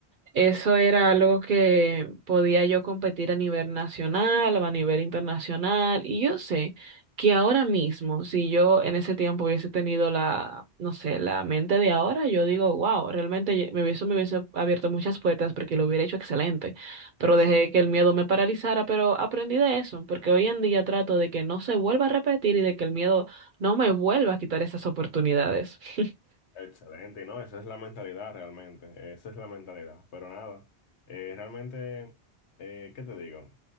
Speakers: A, on the right; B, on the left.
A: Eso era algo que podía yo competir a nivel nacional o a nivel internacional. Y yo sé que ahora mismo, si yo en ese tiempo hubiese tenido la, no sé, la mente de ahora, yo digo, wow, realmente ye- me hubiese, me hubiese abierto muchas puertas porque lo hubiera hecho excelente. Pero
B: Sí,
A: dejé
B: sí.
A: que el miedo me paralizara, pero aprendí de eso, porque hoy en día trato de que no se vuelva a repetir y de que el miedo no me vuelva a quitar esas oportunidades. <laughs>
B: Excelente, y no, esa es la mentalidad realmente, esa es la mentalidad. Pero nada, eh, realmente, eh, ¿qué te digo?